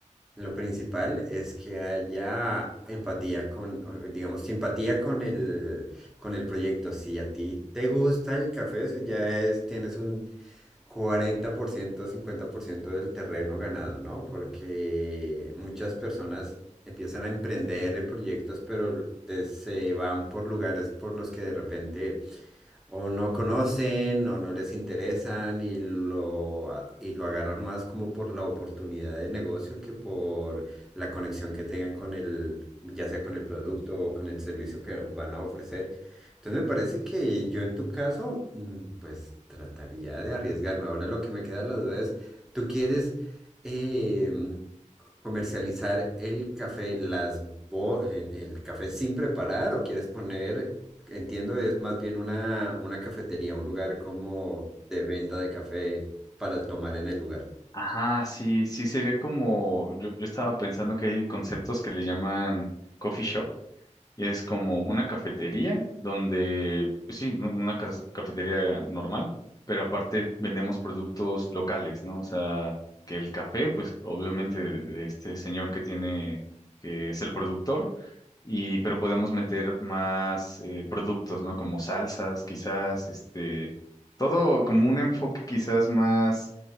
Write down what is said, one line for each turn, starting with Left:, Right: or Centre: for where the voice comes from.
Centre: lo principal es que haya empatía con, o- digamos, simpatía con el, con el proyecto. Si a ti te gusta el café, eso ya es, tienes un cuarenta por ciento cincuenta por ciento del terreno ganado, ¿no? Porque muchas personas empiezan a emprender en proyectos, pero de- se van por lugares por los que de repente o no conocen o no les interesan y lo, a- y lo agarran más como por la oportunidad de negocio que por la conexión que tengan con el, ya sea con el producto o con el servicio que van a ofrecer. Entonces me parece que yo en tu caso, mm, pues trataría de arriesgarme. Ahora lo que me queda la duda es, ¿tú quieres... em, comercializar el café, las bo- el, el café sin preparar o quieres poner, entiendo, es más bien una, una cafetería, un lugar como de venta de café para tomar en el lugar.
Left: Ajá, sí, sí sería como, yo, yo estaba pensando que hay conceptos que le llaman coffee shop, Y es como una cafetería donde, pues sí, ¿no? una cas- cafetería normal, pero aparte vendemos productos locales, ¿no? O sea, que el café, pues obviamente de de este señor que tiene, que es el productor, y pero podemos meter más eh, productos, ¿no? Como salsas, quizás, este, todo como un enfoque quizás más,